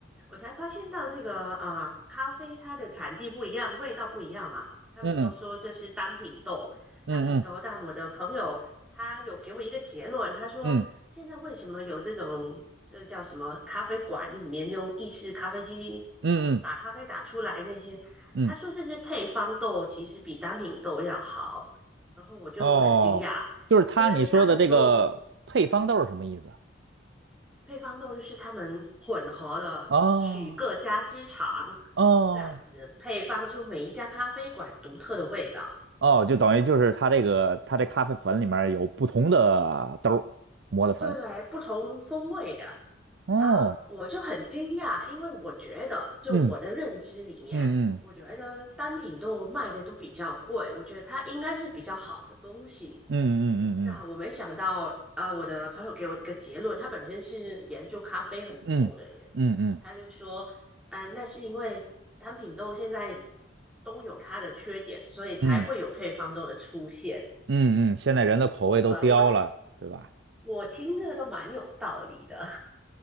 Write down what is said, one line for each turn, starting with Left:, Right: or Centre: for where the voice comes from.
Centre: 我才发现到这个呃，咖啡它的产地不一样，味道不一样嘛。他们都说这是单品豆，
Right: 嗯嗯嗯
Centre: 单品豆。但我的朋友他有给我一个结论，他说现在为什么有这种这叫什么咖啡馆里面用意式咖啡机
Right: 嗯嗯嗯
Centre: 打咖啡打出来那些，
Right: 嗯，
Centre: 他说这些配方豆其实比单品豆要好，然后我就很惊讶。
Right: 哦，就是他你说的这个配方豆是什么意思啊？
Centre: 因为单品豆、配方豆就是他们混合了取各家之长，
Right: 哦哦
Centre: 这样子配方出每一家咖啡馆独特的味道。
Right: 哦，就等于就是它这个它这咖啡粉里面有不同的豆儿磨的粉，
Centre: 对对对，不同风味的
Right: 哦，
Centre: 啊，我就很惊讶，因为我觉得就我的认知里面，
Right: 嗯嗯嗯。
Centre: 我觉得单品豆卖的都比较贵，我觉得它应该是比较好的东西。
Right: 嗯嗯
Centre: 那我没想到啊，我的朋友给我一个结论，他本身是研究咖啡很透的人，
Right: 嗯嗯嗯嗯
Centre: 他就说，啊，那是因为单品豆现在都有它的缺点，所以才会有配方豆的出现。
Right: 嗯嗯嗯，现在人的口味都刁了，
Centre: 就是对啊，我
Right: 对吧？
Centre: 我听着都蛮有道理的，